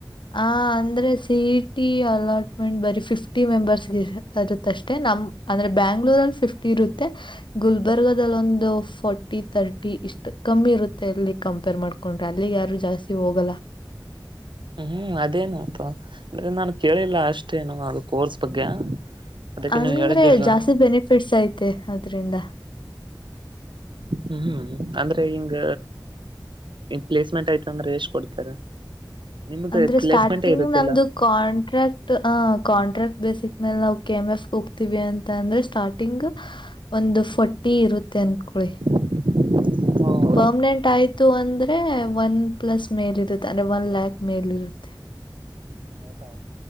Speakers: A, on the left (about 80°); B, on the right (about 80°).
A: ಆ ಅಂದ್ರೆ ಸಿ ಈ ಟಿ ಅಲಾಟ್ಮೆಂಟ್ ಬರೀ ಫಿಫ್ಟಿ ಮೆಂಬರ್ಸ್ ಗೆ ಇದೆ. ಇರುತ್ತ ಅಷ್ಟೇ ನಮ್ ಅಂದ್ರೆ ಬ್ಯಾಂಗ್ಳೂರಲ್ಲಿ ಫಿಫ್ಟಿ ಇರುತ್ತೆ ಗುಲ್ಬರ್ಗಲ್ಲಿ ಒಂದು ಫೋರ್ಟಿ ತರ್ಟಿ ಇಷ್ಟು ಕಮ್ಮಿ ಇರುತ್ತೆ ಅಲ್ಲಿ ಕಂಪೇರ್ ಮಾಡ್ಕೊ ಕ್ಕೊಂಡ್ರೆ ಅಲ್ಲಿಗೆ ಯಾರು ಜಾಸ್ತಿ ಹೋಗಲ್ಲಾ.
B: ಹ್ಮ್ ಅದೇನೊ ಪಾ ಅಂದ್ರೆ ನಾನು ಕೇಳಿಲ್ಲ ಅಷ್ಟೇನು ಅದ ಕೋರ್ಸ್ ಬಗ್ಗೆ ಅದಕ್ಕೆ
A: ಅಂದ್ರೆ
B: ನೀವು ಹೇಳಿದ್ದೀರಲ್ಲಾ
A: ಜಾಸ್ತಿ ಬೆನಿಫಿಟ್ಸ್ ಆಯ್ತ್ ತ್ತೆ ಅದ್ರಿಂದಾ
B: ಹ್ಮ ಹ್ಮೂ ಅಂದ್ರೆ ಹಿಂಗ ಪ್ಲೇಸ್ಮೆಂಟ್ ಅಯ್ತ ಅಂದ್ರ ಎಷ್ಟ್ ಕೊಡ್ತಾರ ನಿಮ್ದ
A: ಅಂದ್ರೆ
B: ಪ್ಲೇಸ್ಮೆಂಟೇ
A: ಸ್ಟಾರ್ಟಿಂಗ್
B: ಇರುತ್ತಿಲ್ಲಾ.
A: ನಮ್ದು ಕಾಂಟ್ರಾಕ್ಟ್ ಅ ಕಾಂಟ್ರಾಕ್ಟ್ ಬೇಸಿಕ್ ಮೇಲೆ ನಾವು ಕೆ ಎಂ ಎಫ್ ಹೋಗ್ತೀವಿ ಅಂತ ಅಂದ್ರೆ ಸ್ಟಾರ್ಟ್ ಟಿಂಗ್ ಒಂದು ಫೋರ್ಟಿ ಇರುತ್ತೆ ಅನ್ಕೊಳ್ಳಿ
B: <inaudible> ಹಾ.
A: ಪರ್ಮನೆಂಟ್ ಆಯ್ತು ಅಂದ್ರೆ ಒನ್ ಪ್ಲಸ್ ಮೇಲ್ ಇರುತ್ತೆ ಅಂದ್ರೆ ಒನ್ ಲ್ಯಾಕ್ ಮೇಲ್ ಇರುತ್ತೆ.
B: <inaudible> ಹೌದಾ.